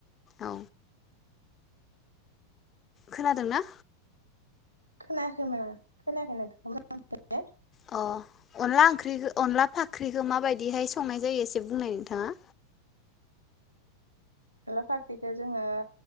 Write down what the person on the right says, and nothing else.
खोनायाखैमोन आं खोनायाखै नोंथां <unintelligible>
अनलाफा ख्रिखो जोङो